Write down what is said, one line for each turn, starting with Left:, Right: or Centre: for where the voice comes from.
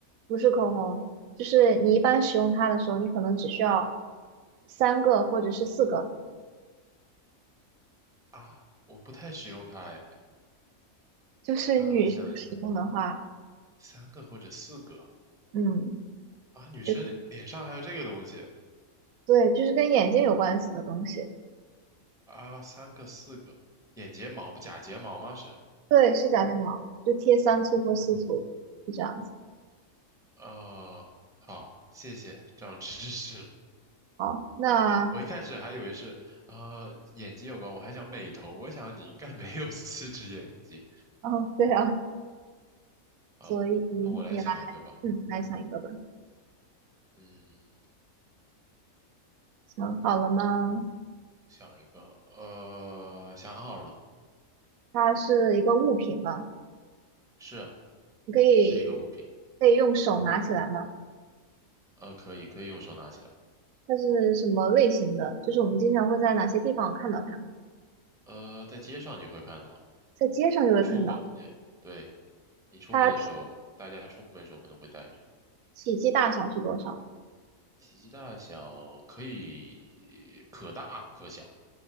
Right: 不是口红。就是你一般使用它的时候，你可能只需要三个或者是四个。
Centre: 啊，我不太使用它哎。
Right: 就是女生使用的话，
Centre: 呃，我想一下，三个或者四个
Right: 嗯，
Centre: 啊，女生的脸上还有这个东西
Right: 就是对，就是跟眼睛有关系的东西，
Centre: 啊，三个四个，眼睫毛不假睫毛吗？是
Right: 对，是假睫毛，就贴三簇或四簇，就这样子。
Centre: 啊，好，谢谢，长知识了。
Right: 好，那
Centre: 对，我一开始还以为是啊、呃眼睛有关，我还想美瞳，我想你应该没有四只眼睛。
Right: 哦，对啊，
Centre: 好，
Right: 所以你来，
Centre: 那我来想一个吧。
Right: 嗯，来想一个吧。
Centre: 嗯，
Right: 想好了吗？
Centre: 想一个，呃，想好了，
Right: 它是一个物品吗？
Centre: 是
Right: 你可以
Centre: 是一个物品，
Right: 可以用手拿起来吗？
Centre: 呃，可以可以用手拿起来，
Right: 它是什么类型的？就是我们经常会在哪些地方看到它？
Centre: 呃，在街上就会看到，
Right: 在街上就会看到。
Centre: 你出门，对，对，你出门的时候，
Right: 它
Centre: 大家出门的时候可能会带着，
Right: 体积大小是多少？
Centre: 体积大小可以可大可小，